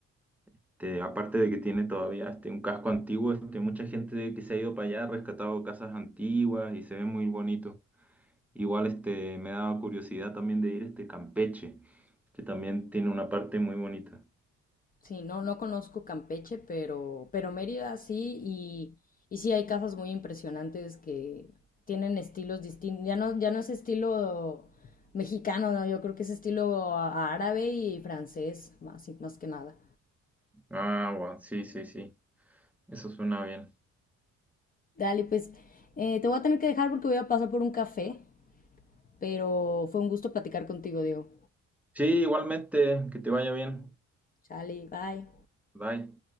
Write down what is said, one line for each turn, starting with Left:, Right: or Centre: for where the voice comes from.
Centre: este, aparte de que tiene todavía este, un casco antiguo, este, mucha gente que se ha ido para allá ha rescatado casas antiguas y se ve muy bonito. Igual este, me daba curiosidad también de ir a este Campeche, que también tiene una parte muy bonita.
Left: Sí, no, no conozco Campeche, pero, pero Mérida sí, y, y sí hay casas muy impresionantes que tienen estilos distintos. Ya no, ya no es estilo mexicano, no, yo creo que es estilo a- árabe y francés, más, más que nada.
Centre: Ah, bueno, sí, sí, sí. Eso suena bien.
Left: Dale, pues eh, te voy a tener que dejar porque voy a pasar por un café, pero fue un gusto platicar contigo, Diego.
Centre: Sí, igualmente, que te vaya bien.
Left: Chale, bye.
Centre: Bye.